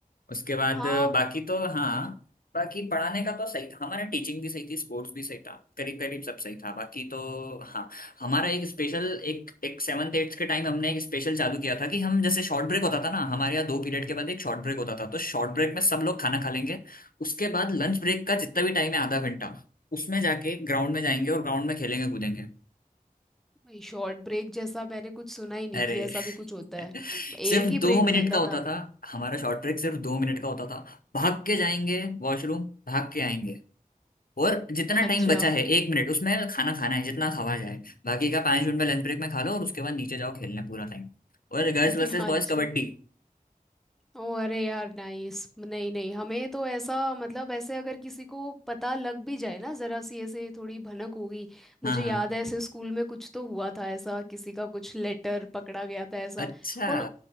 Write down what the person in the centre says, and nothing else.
हाँ
भाई, शॉर्ट ब्रेक जैसा मैंने कुछ सुना ही नहीं
कि ऐसा भी कुछ होता है
एक
ही ब्रेक
मिलता
था
अच्छा
<laughs>
अच्छा
ओ अरे यार नाइस नहीं नहीं हमें तो ऐसा मतलब ऐसे अगर किसी को पता लग भी जाए ना जरा सी ऐसे थोड़ी भनक होगी मुझे
याद
है ऐसे स्कूल में कुछ तो हुआ था ऐसा किसी का कुछ लेटर पकड़ा गया था ऐसा
और